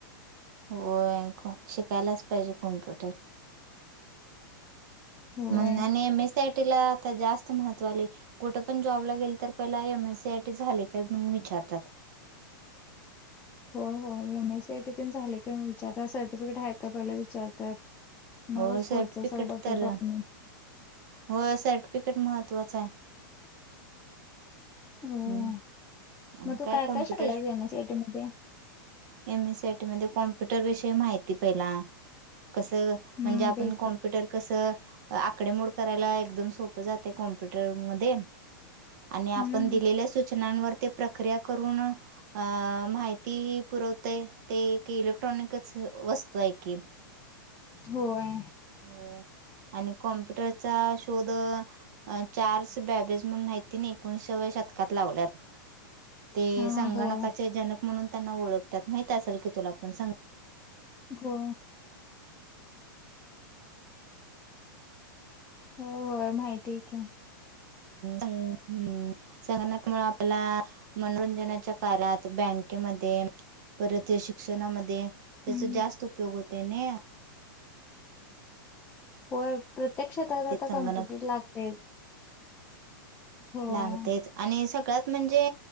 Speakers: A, on the right (about 50°); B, on the left (about 15°).
A: होय, शिकायलाच पाहिजे कम्प्युटर.
B: होय
A: म्हणून आणि M. S. C. I. T. ला आता जास्त महत्त्व आलंय. कुठं पण जॉबला गेलं तर, पहिला M. S. C. I. T. झाले काय? म्हणून विचारतात.
B: होय होय M S C I T पण झाले का विचारतात सर्टिफिकेट हाय का पहिल विचारतात. मगच
A: हो
B: पुढच
A: सर्टिफिकेट
B: सगळ बघतात
A: तर
B: डॉक्युमेंट्स.
A: होय सर्टिफिकीट महत्त्वाच आहे.
B: होय
A: हम्म आणि
B: मग तू
A: काय कॉम्प्युटर
B: शिकलास
A: शी
B: M S C I T मध्ये?
A: M S C I T मध्ये कॉम्प्युटर विषयी माहिती पहिला कस म्हणजे
B: हम्म
A: आपण
B: बेसिक.
A: कॉम्प्युटर कस आकडे मोड करायला एकदम सोप जातय कॉम्प्युटर मध्ये. आणि आपण
B: हम्म
A: दिलेल्या सूचनांवर ते प्रक्रिया करून अ माहिती पुरवतय ते इलेक्ट्रॉनिक्सच वस्तू आहे की.
B: होय
A: होय आणि कॉम्प्युटरचा शोध चार्ल्स बॅबेज म्हणून हयीत्यांने एकोणीशव्या शतकात लावल्यात. ते
B: हा
A: संगणकाचे
B: होय
A: जनक म्हणून त्यांना ओळखतात माहित असेल की तुला पण सं
B: हो होय होय माहिती आहे की.
A: आणि <unintelligible> संगणक मुळ आपल्याला मनोरंजनाच्या कारात बँकेमध्ये परत ते शिक्षणामध्ये त्याचा
B: हम्म.
A: जास्त उपयोग होते ना.
B: होय प्रत्येक क्षेत्रात आता
A: संगणक
B: कम्प्युटर लागतेच. होय.
A: लागतेच आणि सगळ्यात म्हणजे